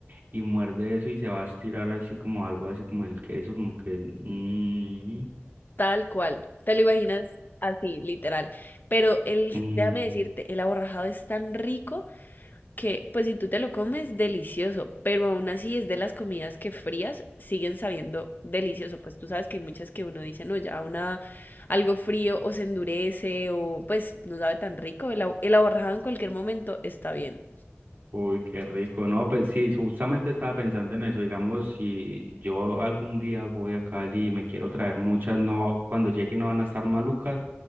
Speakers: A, on the right; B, on the left.
A: y muerde eso y se va a estirar así como algo así como el queso, como que... mm,
B: tal cual. Te lo imaginas así, literal. Pero el,
A: mm,
B: déjame decirte, el aborrajado es tan rico que pues si tú te lo comes, delicioso, pero aún así es de las comidas que frías siguen sabiendo delicioso, pues tú sabes que hay muchas que uno dice, no, ya una, algo frío o se endurece o pues no sabe tan rico, el, ahor- el ahorrado en cualquier momento está bien,
A: uy, qué rico. No, pues sí, justamente estaba pensando en eso. Digamos, si yo algún día voy a Cali y me quiero traer muchas, no, cuando llegue no van a estar malucas.